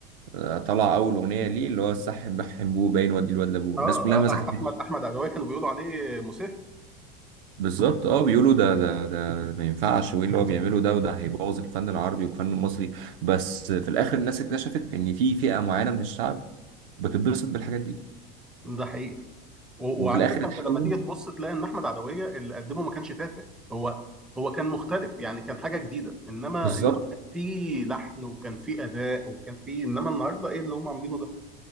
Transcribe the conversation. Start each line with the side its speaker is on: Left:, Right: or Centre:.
Right: آه، طلع اول اغنيه ليه اللي هو السح بحم بوه باين ودي الواد لابوه
Centre: اه
Right: الناس كلها ما
Centre: آه،
Right: سكتتش
Centre: احمد احمد عدوية كانوا بيقولوا عليه مسيف
Right: بالظبط اه بيقولوا ده ده ده ما ينفعش وايه اللي هو بيعمله ده وده هيبوظ الفن العربي والفن المصري بس في الاخر الناس اكتشفت ان في فئة معينة من الشعب بتتبسط بالحاجات دي
Centre: ده حقيقي و-
Right: وفي
Centre: وعلى
Right: الاخر
Centre: فكره
Right: اتحول
Centre: انت لما تيجي تبص تلاقي ان احمد عدويه اللي قدمه ما كانش تافه هو هو كان مختلف يعني كان حاجه جديده انما
Right: بالظبط
Centre: انما كان في لحن وكان في اداء وكان في انما النهارده ايه اللي هم عاملينه ده